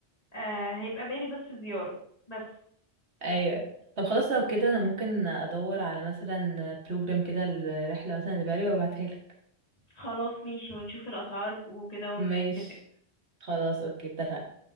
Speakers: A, on the left; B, on the right.
A: آه هيبقى بالي بس زيارة بس
B: ايوه طب خلاص لو كده انا ممكن ادور على مثلا بروجرام كده الرحله مثلا اللي بالي وابعتها لك
A: خلاص ماشي ونشوف الاسعار وكده ونتفق
B: ماشي خلاص اوكي اتفقنا